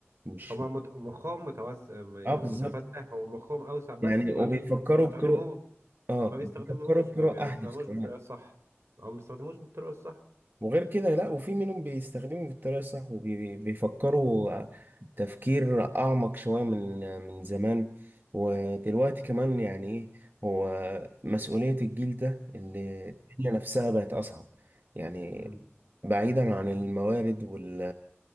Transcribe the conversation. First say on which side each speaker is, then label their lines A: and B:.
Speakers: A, on the right; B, on the right.
A: مش
B: هما مت- مخهم متوسع يعني
A: اه بالظبط
B: متفتح ومخهم اوسع بس
A: يعني
B: ما
A: وبيفكروا
B: بي ما بيستخدموه
A: بطرق اه
B: ما بيستخدموهوش
A: بيفكروا بطرق
B: ما بيستخدموش
A: احدث كمان
B: بالطريقة الصح او ما بيستخدموش بالطريقة الصح
A: وغير كده لا وفي منهم بيستخدموا بالطريقة الصح وبيفكروا تفكير أعمق شوية من من زمان ودلوقتي كمان يعني إيه هو مسؤولية الجيل ده اللي الدنيا نفسها بقت أصعب يعني
B: مم.
A: بعيدا عن الموارد وال